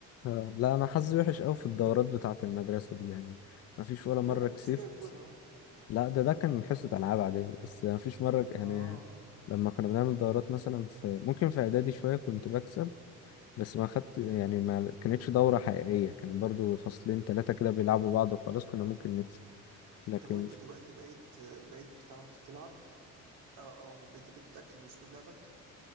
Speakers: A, on the left; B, on the right.
A: آه. لا انا حظي وحش قوي في الدورات بتاعة المدرسة دي يعني ما فيش ولا مرة
B: ليه ما انت
A: كسبت
B: لسه جايب جون اهو
A: لا ده ده كان حصة ألعاب عادية بس مفيش مرة
B: اه
A: يعني لما كنا بنعمل دورات مثلا في ممكن في إعدادي شوية كنت بكسب بس ما خدت يعني ما كانتش دورة حقيقية كان برضو فصلين تلاتة كده بيلعبوا بعض وخلاص كنا ممكن نكسب لكن
B: طب وانت دلوقتي بقيت بقيت بتعرف تلعب او او بت- بتتاكد من اسلوب لعبك